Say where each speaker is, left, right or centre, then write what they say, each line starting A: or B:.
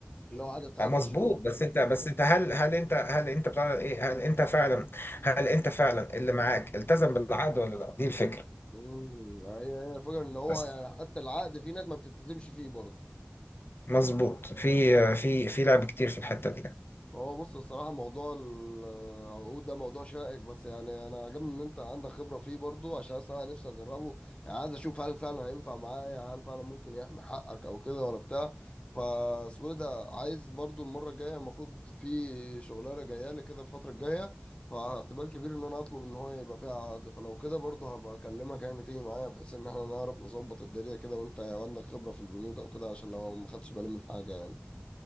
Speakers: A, on the left; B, on the left.
A: اللي هو عدد ساعات
B: آه، مظبوط
A: الشغل
B: بس انت بس انت هل هل انت هل انت بتاع ايه هل انت فعلا هل انت فعلا اللي معاك التزم بالعقد ولا لا دي الفكره
A: مم. هي هي الفكره ان هو
B: بس
A: يعني حتى العقد في ناس ما بتلتزمش فيه برضه
B: مظبوط في في في لعب كتير في الحته دي
A: هو بص الصراحة موضوع العقود ده موضوع شائك بس يعني أنا عجبني إن أنت عندك خبرة فيه برضو عشان الصراحة نفسي أجربه يعني عايز أشوف هل فعلا هينفع معايا هل فعلا ممكن يحمي حقك أو كده ولا بتاع فاسمه إيه ده عايز برضو المرة الجاية المفروض في شغلانة جاية لي كده الفترة الجاية فاحتمال كبير إن أنا أطلب إن هو يبقى فيها عقد فلو كده برضو هبقى أكلمك يعني تيجي معايا بحيث إن إحنا نعرف نظبط الدنيا كده وأنت عندك خبرة في البنود أو كده عشان لو ما خدتش بالي من حاجة يعني